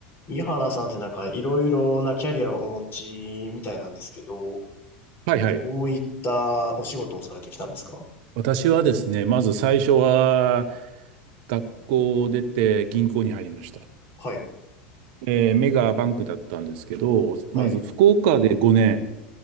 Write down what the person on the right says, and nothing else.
はいはい。
私はですね、まず最初は学校を出て銀行に入りました。
えーメガバンクだったんですけど、
まず福岡で5